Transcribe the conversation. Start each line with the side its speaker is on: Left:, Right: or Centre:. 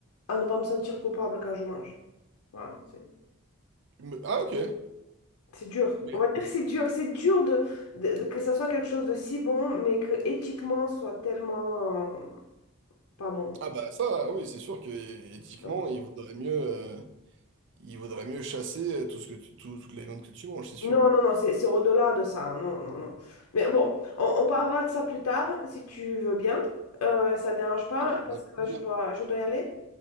Left: à ne pas me sentir coupable quand je mange. Voilà, c'est
Right: me- Ah, ok.
Left: c'est dur.
Right: Mais,
Left: On va dire que c'est dur. C'est dur de, de- de- que ça soit quelque chose de si bon, mais que éthiquement soit tellement euh, pas bon.
Right: ah, bah, ça, oui, c'est sûr que éthiquement,
Left: Donc, voilà.
Right: il vaudrait mieux, euh, il vaudrait mieux chasser euh, tout ce que tu- tout, toute la viande que tu manges, c'est sûr.
Left: Non, non, non, c'est c'est au-delà de ça. Non, non, non. Mais bon, on, on parlera de ça plus tard, si tu veux bien. Euh, ça te dérange pas,
Right: Ah,
Left: parce
Right: avec
Left: que
Right: plaisir.
Left: là, je dois, je dois y aller.